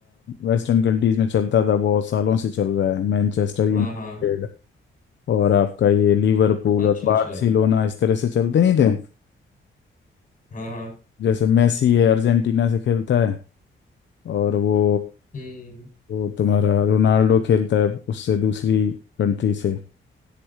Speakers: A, on the left; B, on the left.
A: वेस्टर्न कंट्रीज में चलता था बहुत सालों से चल रहा है मैनचेस्टर यूनाइटेड
B: हाँ हाँ
A: और आपका ये लिवरपूल
B: अच्छा
A: और बार्सिलोना
B: अच्छा
A: इस तरह से चलते नहीं थे
B: हाँ हाँ
A: जैसे मेसी है अर्जेंटीना से खेलता है और वो
B: हम्म
A: वो तुम्हारा रोनाल्डो खेलता है उससे दूसरी कंट्री से